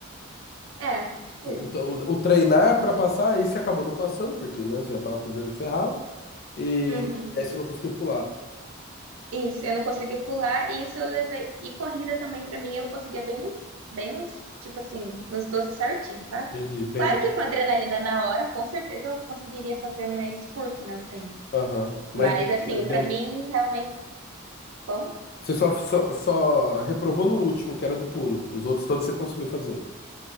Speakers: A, on the right (about 75°); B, on the left (about 45°).
A: É, tipo
B: O,
A: isso.
B: o, o- treinar pra passar, aí você acabou não passando, porque, né, você já tava com o joelho ferrado, e,
A: Uhum.
B: e aí você não conseguiu pular.
A: Isso, eu não consegui pular, e isso eu levei. E corrida também, pra mim, eu conseguia bem nos, bem nos, tipo assim, nos 12 certinhos, sabe?
B: Entendi, bem,
A: Claro que com a adrenalina na hora, com certeza eu conseguiria fazer mais curto, né, o tempo.
B: aham. Mas,
A: Mas, assim,
B: mas deu,
A: pra mim, realmente, como
B: você só, só, só reprovou no último, que era do pulo. Os outros todos você conseguiu fazer.